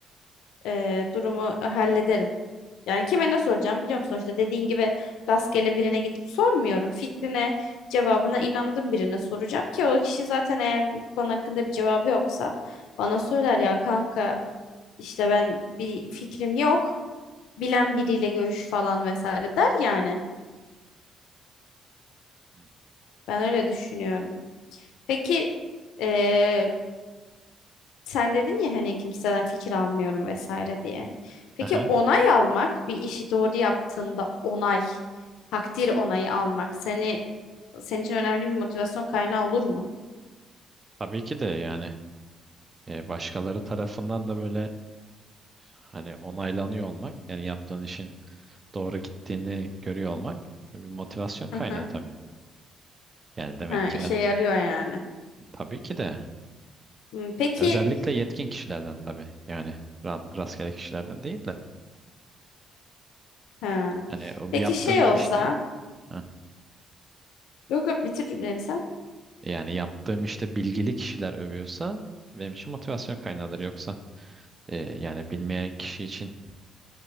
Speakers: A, on the left (about 85°); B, on the right (about 30°).
A: e, durumu hallederim. Yani kime ne soracağım biliyor musun? İşte dediğin gibi rastgele birine gidip sormuyorum. Fikrine, cevabına inandığım birine soracağım ki o kişi zaten eğer bir konu hakkında bir cevabı yoksa bana söyler ya kanka işte ben bir fikrim yok. Bilen biriyle görüş falan vesaire der yani.
B: Hı.
A: Ben öyle düşünüyorum. Peki eee, Sen dedin ya hani kimseden fikir almıyorum vesaire diye. Peki
B: Aha,
A: onay almak bir işi doğru yaptığında onay, takdir onayı almak seni senin için önemli bir motivasyon kaynağı olur mu?
B: tabii ki de yani e, başkaları tarafından da böyle hani onaylanıyor olmak yani yaptığın işin doğru gittiğini görüyor olmak bir motivasyon kaynağı
A: Hı hı.
B: tabii. Yani demek
A: Ha,
B: ki
A: işe
B: ben
A: yarıyor yani.
B: tabii ki de
A: Hmm, Peki
B: Özellikle yetkin kişilerden tabii. Yani ra- rastgele kişilerden değil de.
A: ha.
B: Hani o
A: Peki
B: yaptığım
A: şey olsa
B: işte Heh.
A: yok yok bitir cümleni sen.
B: yani yaptığım işte bilgili kişiler övüyorsa benim için motivasyon kaynağıdır. Yoksa e, yani bilmeyen kişi için